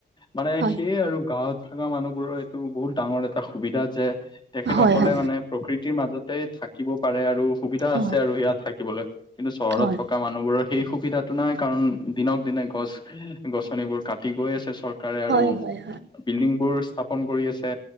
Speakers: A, on the left (about 25°); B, on the right (about 65°).
A: মানে
B: হয়
A: সেইয় আৰু গাঁৱত থকা মানুহবোৰৰ এইটো বহুত ডাঙৰ এটা সুবিধা যে তেখেতসকলে
B: হয় হয়
A: মানে প্ৰকৃতিৰ মাজতে থাকিব পাৰে আৰু সুবিধা
B: হয়
A: আছে আৰু সেয়া থাকিবলৈ কিন্তু চহৰত
B: হয়
A: থকা মানুহবোৰৰ সেই সুবিধাতটো নাই কাৰণ দিনক দিনে গছ-গছনিবোৰ কাটি গৈ আছে চৰকাৰ। চৰকাৰে
B: হয়
A: আৰু
B: হয়
A: বিল্ডিং বোৰ স্থাপন কৰি আছে।